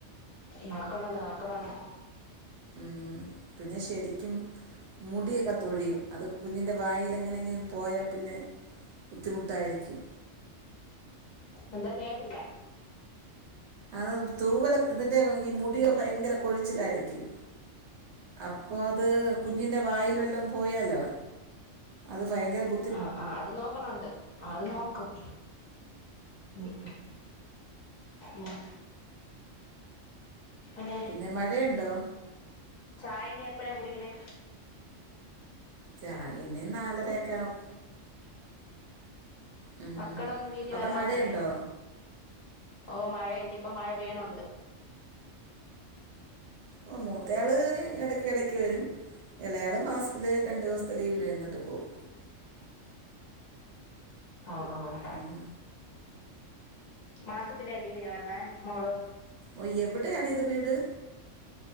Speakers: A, on the left; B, on the right.
A: നോക്കുണണ്ട് നാക്കുണണ്ട്
B: മ് പിന്നെ ശെരിക്കും മുടിയൊക്കെ തൊഴിയും അത് കുഞ്ഞിൻ്റെ വായിലെങ്ങനെങ്ങിലും പോയാപിന്നെ ബുദ്ധിമുട്ടായിരിക്കും
A: എന്തോ കേട്ടില്ല
B: അഹ് തൂവലൊക്ക് ഇതിൻ്റെ ഈ മുടി ഫയങ്കര കൊഴിച്ചിലായിരിക്കും അപ്പൊ അത് കുഞ്ഞിന്റെ വായേല് വല്ലോം പോയാലോ? അത് ഫയങ്കര ബു
A: ആഹ്.. ആഹ് അത് നോക്കണണ്ട് ആഹ് അത് നോക്കും ഉം ഉം. പിന്നെയ്
B: പിന്നെ മഴയുണ്ടോ
A: ചായെനി എപ്പഴാ കുടിക്കണേ?
B: ചായെനി നാലരെക്കാവും ഉം.
A: മക്കളൊന്നും വീട്ടി
B: അവിടെ
A: വരാറില്ലേ?
B: മഴയുണ്ടോ
A: ഓ മഴയ്ണ്ട് ഇപ്പൊ മഴപെയ്യിണൊണ്ട്
B: ഓ മൂത്തയാള് എടക്കടക്ക് വെരും എളേയാള് മാസത്ത്ല് രണ്ട് ദിവസത്തെ ലീവിന് വന്ന്ട്ട് പോവും
A: ഹോ... ഹോ...
B: ഉം..
A: മാസത്തിലെ ലീവിന് വര്ണേ മോള്?
B: ഓഹ് യെവ്ടാണിത് വീട്?